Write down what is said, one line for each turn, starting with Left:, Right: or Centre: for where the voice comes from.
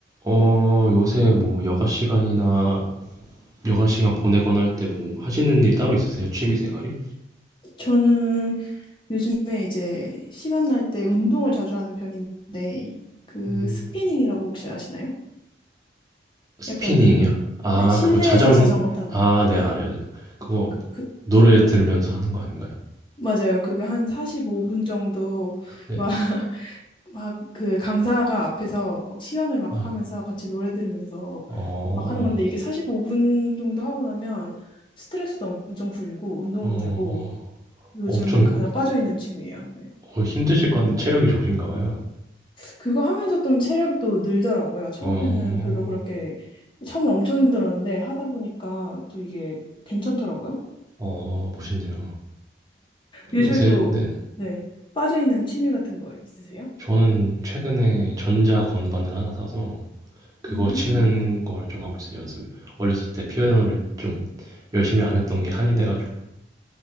Right: 어, 요새 뭐 여가 시간이나 여가 시간 보내거나 할 때 뭐 하시는 일 따로 있으세요? 취미 생활이?
Left: 저는 요즘에 이제 시간 날 때 운동을 자주 하는 편인데 그
Right: 음,
Left: 스피닝이라고 혹시 아시나요?
Right: 스피닝이요?
Left: 약간
Right: 아,
Left: 네, 실내에서
Right: 그거 자전
Left: 자전거 타는
Right: 아, 네,
Left: 네.
Right: 알아요. 네. 그거
Left: 그, 그,
Right: 노래 들으면서 하는 거 아닌가요?
Left: 맞아요. 그게 한 45분 정도
Right: 네.
Left: 막 <laughs> 막 그 강사가 앞에서 막 시연을 막
Right: 아,
Left: 하면서
Right: 네.
Left: 같이 노래 들으면서
Right: 어,
Left: 막 하는 건데 이게 45분 정도 하고 나면 스트레스도 엄청 풀리고 운동도
Right: 어,
Left: 되고 요즘
Right: 엄청
Left: 가장 빠져 있는 취미예요. 네.
Right: 어, 힘드실 것 같은데 체력이 좋으신가 봐요.
Left: 그거 하면서 좀 체력이 또 늘더라고요. 처음에는
Right: 어,
Left: 별로 그렇게, 처음에 엄청 힘들었는데 하다 보니까 또 이게 괜찮더라고요.
Right: 어, 멋있네요.
Left: 요즘에
Right: 요새
Left: 또,
Right: 네.
Left: 네, 빠져있는 취미 같은 거 있으세요?
Right: 저는 최근에 전자 건반을 하나 사서 그거
Left: 음,
Right: 치는 걸 좀 하고 있어요, 연습. 어렸을 때 피아노를 좀 열심히 안 했던 게 한이 돼가지고